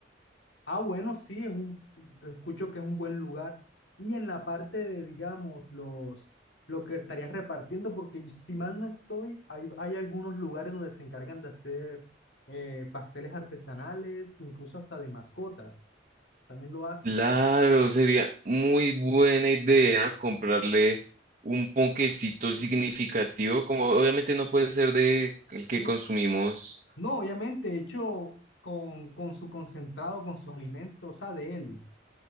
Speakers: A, on the left (about 80°); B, on the right (about 40°).
A: Ah, bueno, sí, es un, escucho que es un buen lugar. Y en la parte de, digamos, los, lo que estarías repartiendo, porque si mal no estoy, hay, hay algunos lugares donde se encargan de hacer eh, pasteles artesanales, incluso hasta de mascotas, también lo hacen.
B: Claro, sería muy buena idea comprarle un ponquecito significativo, como obviamente no puede ser de el que
A: Y-
B: consumimos
A: no, obviamente hecho con, con su concentrado, con sus alimentos, o sea, de él.